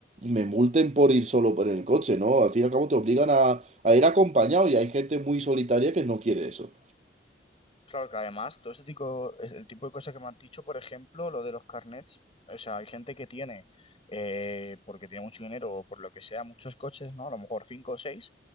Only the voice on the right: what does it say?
me multen por ir solo por el coche, ¿no? Al fin y al cabo te obligan a, a ir acompañado y hay gente muy solitaria que no quiere eso.